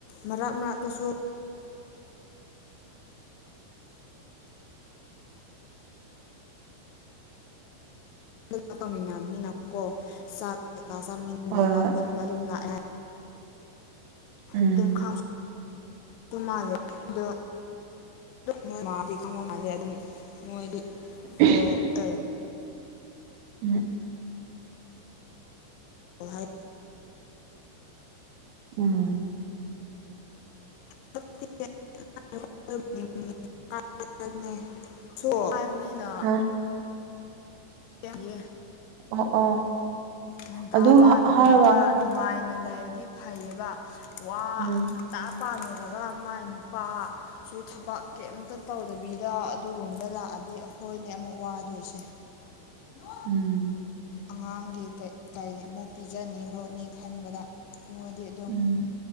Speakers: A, on the left; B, on the right.
A: ꯃꯔꯛ ꯃꯅꯥꯛꯀꯁꯨ ꯥꯛ ꯇꯧꯃꯤꯟꯅꯃꯤ ꯀꯣ ꯆꯥꯛ ꯀꯩꯀꯥ ꯆꯥꯃꯤꯟꯅꯕ
B: ꯍꯣꯏ ꯍꯣꯏ
A: ꯈꯣꯠꯅꯕ ꯑꯗꯨꯝ ꯂꯥꯛꯑꯦ ꯍꯥꯏ
B: ꯎꯝ
A: ꯑꯗꯨꯝ ꯈꯥꯝ ꯑꯗꯨ ꯃꯥꯜꯂꯦ ꯑꯗꯨ ꯅꯣꯏ ꯃꯥꯗꯤ ꯈꯪꯕ ꯃꯥꯜꯁꯦ ꯑꯗꯨꯝ ꯃꯣꯏꯗꯤ
B: ꯎꯝ
A: ꯑꯣ ꯑꯦ
B: <unintelligible>
A: ꯍ ꯍꯥꯏ
B: ꯎꯝ
A: <unintelligible> ꯁꯣꯛ ꯍꯥꯏꯕꯅꯤꯅ
B: ꯑ
A: ꯌꯥꯦ
B: ꯑꯣ ꯑꯣ ꯑꯣ
A: ꯉꯟꯇꯥ
B: ꯑꯗꯨ
A: ꯄꯥꯜꯂꯨꯔꯒ
B: ꯍꯥꯏꯔꯒ
A: ꯅꯨꯡꯉꯥꯏꯅ ꯂꯩꯔꯗꯤ ꯐꯩꯌꯦꯕ ꯋꯥ
B: ꯎꯝ
A: ꯇꯥ ꯄꯥꯊꯨꯔꯒ ꯃꯥꯏ ꯅꯨꯄꯥ ꯁꯨ ꯊꯕꯛ ꯀꯦꯝꯇ ꯇꯧꯗꯕꯤꯗ ꯑꯗꯨꯒꯨꯝꯗ ꯂꯥꯛꯑꯗꯤ ꯑꯈꯣꯏꯅꯦ ꯑꯃꯨꯛ ꯋꯥꯗꯣꯏꯁꯦ <unintelligible>
B: ꯎꯝ
A: ꯑꯉꯥꯡꯒꯤ ꯀꯩ ꯀꯪ ꯑꯃꯨꯛ ꯄꯤꯖꯅꯤ ꯈꯣꯠꯅꯤ ꯈꯟꯕꯗ ꯅꯣꯏꯗꯤ ꯑꯗꯨꯝ
B: ꯎꯝ